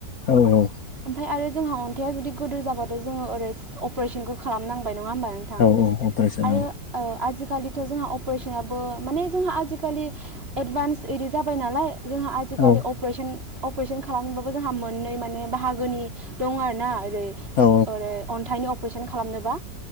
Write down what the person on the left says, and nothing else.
औ औ
औ औ अपारेसन
औ
औ
औ